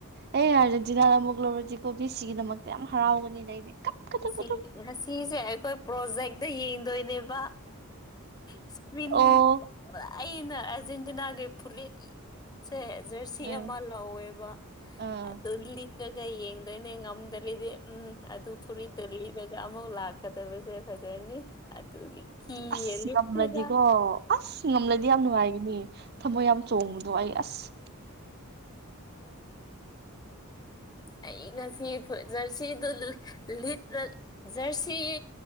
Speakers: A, on the right (about 50°); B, on the left (about 20°).
A: ꯑꯩ ꯑꯥꯔꯖꯦꯟꯇꯤꯅꯥꯅ ꯃꯣꯒ꯭ꯂꯣꯣꯇꯤ ꯀꯣꯕꯤ ꯁꯤꯒꯤꯗꯃꯛꯇ ꯌꯥꯝ ꯍꯔꯥꯎꯒꯅꯤ ꯂꯩ ꯑꯩꯗꯤ ꯀꯞꯀꯗꯕꯗꯣ
B: ꯉꯁꯤ ꯉꯁꯤꯁꯦ ꯑꯩꯈꯣꯏ ꯄ꯭ꯔꯣꯖꯦꯛꯇ ꯌꯦꯡꯗꯣꯏꯅꯦꯕ ꯏꯁꯀ꯭ꯔꯤꯟ
A: ꯑꯣ
B: ꯑꯩꯅ ꯑꯔꯖꯦꯟꯇꯤꯅꯥꯒꯤ ꯄꯨꯂꯅꯤ ꯁꯦ ꯖꯔꯁꯤ
A: ꯎꯝ
B: ꯑꯃ ꯂꯧꯥꯎꯋꯦꯕ
A: ꯎꯝ
B: ꯑ ꯂꯤ ꯆꯠꯂꯒ ꯌꯦꯡꯗꯣꯏꯅꯦ ꯉꯝꯗꯔꯤꯗꯤ ꯎꯝ ꯑꯗꯨ ꯐꯨꯔꯤꯠꯇ ꯂꯤꯔꯒ ꯑꯃꯨꯛ ꯂꯥꯛꯀꯗꯕꯁꯦ ꯐꯖꯔꯅꯤ ꯑꯗꯨꯒꯤ ꯀꯤ
A: ꯑꯁ
B: ꯂꯁꯤꯔ
A: ꯉꯝꯂꯗꯤꯀꯣ
B: <unintelligible>
A: ꯑꯁ ꯉꯝꯂꯗꯤ ꯌꯥꯝ ꯅꯨꯡꯉꯥꯏꯒꯅꯤ ꯊꯃꯣꯏ ꯌꯥꯝ ꯆꯣꯡꯕꯗꯣ ꯑꯩ ꯑꯁ
B: ꯑꯩ ꯉꯁꯤ ꯖꯔꯁꯤꯗꯨ ꯂꯤꯠꯂ ꯖꯔꯁꯤ